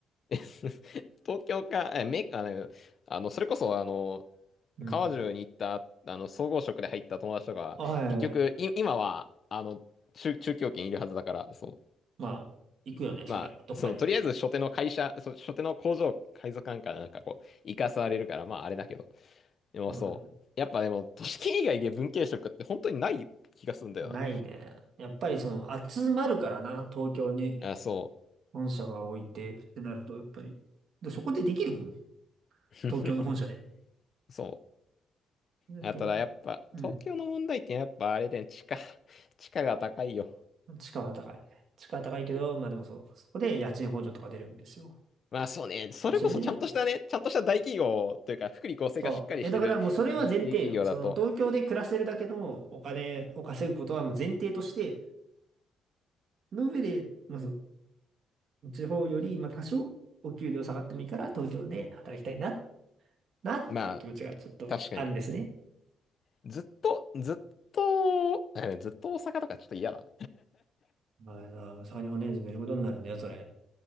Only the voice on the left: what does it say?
え <laughs> 東京か、え、め、あの、あの、それこそ、あの、
川中に行った、あの、総合職で入った友達とか、
結局、い、今は、あの、中、中京圏いるはずだから、そ
う。
まあ、
その、とりあえず、初手の会社、そ初手の工場、海賊館からなんかこう、行かされるから、まあ、あれだけど。でも、
そう。やっぱでも、都市圏以外で文系職って本当にない気がするんだよ
な。あ、そ
う。
<laughs> そ
う。あ、ただ、やっぱ、
東京の問題ってやっぱ、あれで、地価、地価が高いよ。
まあそうね、それこそちゃんとしたね、
ちゃんとした大企業というか、福利厚生がしっかりしてる日系企業だと、
まあ、確かに。ずっと、ずっと、えずっと大阪とかちょっと嫌だ